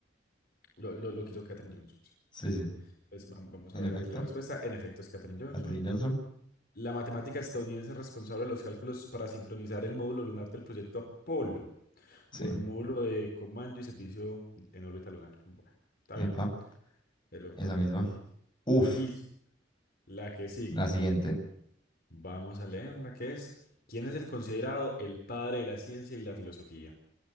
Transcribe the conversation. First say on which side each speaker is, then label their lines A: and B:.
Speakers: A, on the left; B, on the left.
A: lo, lo, lo que hizo Katherine Johnson. sí.
B: Sí, sí.
A: Pues, vam- vamos
B: En
A: a ver
B: efecto,
A: aquí la respuesta. En efecto, es Katherine Johnson.
B: Katherine Johnson.
A: La matemática estadounidense responsable de los cálculos para sincronizar el módulo lunar del proyecto Apolo
B: Sí.
A: con el módulo de comando y servicio en órbita lunar. Bueno, está bien.
B: Epa,
A: Se logró.
B: esa misma.
A: Listo.
B: Uf,
A: Listo. La que sigue.
B: la siguiente.
A: Vamos a leer la que es. ¿Quién es el considerado el padre de la ciencia y la filosofía?